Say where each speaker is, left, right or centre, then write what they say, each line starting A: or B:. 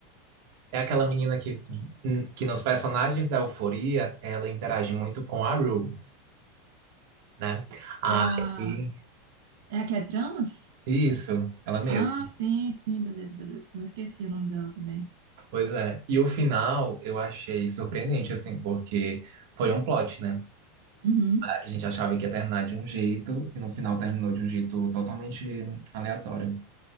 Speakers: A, on the right (about 60°); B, on the right (about 75°).
A: é aquela menina que, que nos personagens da Euforia, ela interage muito com a Rue, né? Aí,
B: É a... É a que é trans?
A: isso, ela mesma.
B: Ah, sim, sim, beleza, beleza. Eu esqueci o nome dela também.
A: Pois é. E o final eu achei surpreendente, assim, porque foi um plot, né?
B: Uhum.
A: A gente achava que ia terminar de um jeito, e no final terminou de um jeito totalmente aleatório.